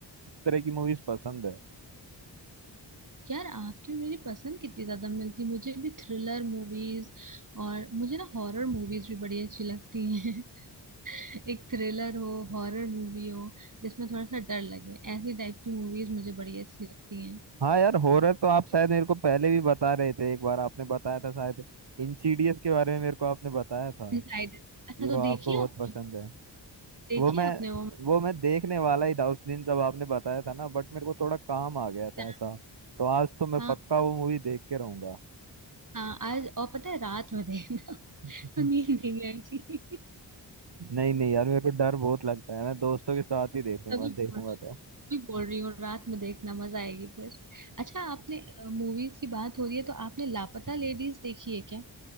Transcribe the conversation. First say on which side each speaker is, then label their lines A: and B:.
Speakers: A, on the right; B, on the right.
A: इस तरह की मूवीज पसंद है
B: यार आपकी और मेरी पसंद कितनी ज्यादा मिलती है। मुझे भी थ्रिलर मूवीज और मुझे ना हॉरर मूवीज भी बड़ी अच्छी लगती हैं <laughs> एक थ्रिलर हो हॉरर मूवी हो जिसमें थोड़ा सा डर लगे ऐसी टाइप की मूवीज मुझे बड़ी अच्छी लगती हैं
A: हाँ यार हॉरर तो आप शायद मेरे को पहले भी बता रहे थे एक बार आपने बताया था शायद इंसीडियस के बारे में मेरे को आपने बताया था
B: डिसाइडेड अच्छा
A: कि
B: तो
A: वो आपको
B: देखिए
A: बहुत
B: आपने
A: पसंद है
B: देखिए
A: वो मैं
B: आपने वो
A: वो मैं देखने वाला ही था उस दिन जब आपने बताया था ना बट मेरे को थोड़ा काम आ गया था
B: एग्जाम।
A: ऐसा तो आज तो मैं
B: हाँ
A: पक्का वो मूवी देख के रहूंगा
B: हाँ आज और पता है रात में देखना <laughs>
A: <laughs>
B: तो नींद नहीं आएगी
A: नहीं नहीं यार मेरे को डर बहुत लगता है मैं दोस्तों के साथ ही देखूंगा
B: तभी
A: देखूंगा
B: बोल रही
A: तो
B: तभी बोल रही हूँ रात में देखना मजा आएगी फिर अच्छा आपने मूवीज की बात हो रही है तो आपने लापता लेडीज देखी है क्या